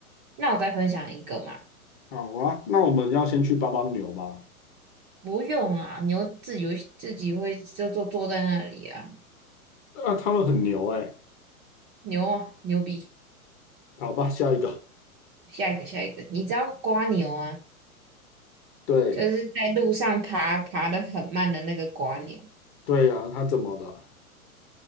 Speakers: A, on the right (about 20°); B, on the left (about 30°).
A: 那我再分享一个嘛，
B: 好啊，那我们要先去帮帮牛吗？
A: 不用啊，牛自己会自己会就坐坐在那里啊，
B: 啊，他们很牛哎。
A: 牛啊，牛逼！
B: 好吧，下一个。
A: 下一个，下一个，你知道瓜牛啊，
B: 对
A: 就是在路上爬爬得很慢的那个瓜牛，
B: 对呀、啊他怎么了？